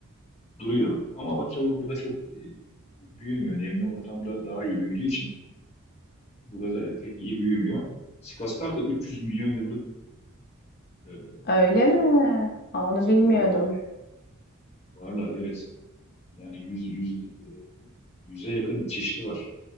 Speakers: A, on the left (about 30°); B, on the left (about 45°).
A: duruyor. Ama o tabii burada çok e, büyümüyor. Nemli ortamda daha iyi büyüdüğü için burada pek iyi büyümüyor. Sikaslar da 300 milyon yıllık e,
B: Öyle
A: bir bitki.
B: mi? Aa,
A: Dinozorlardan
B: onu bilmiyordum.
A: beri varlar. Evet. Yani yüz, yüz, e, yüze yakın çeşidi var.